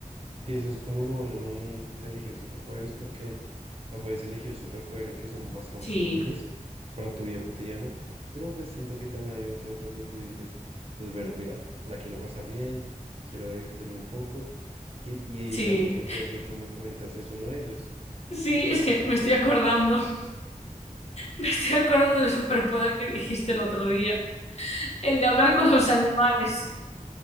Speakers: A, on the right; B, on the left.
A: Que eso es como lo bueno de, de elegir superpoderes, porque o sea, puedes elegir superpoderes que son bastante
B: Sí,
A: útiles para tu vida cotidiana, pero pues siento que también hay otros donde tú dices, pues bueno, mira, la quiero pasar bien, quiero divertirme un poco, y, y
B: sí.
A: digamos el poder que tú me comentas es uno de ellos.
B: Sí, es que me estoy acordando. <laughs> Me estoy acordando del superpoder que dijiste el otro día. El de hablar con los animales.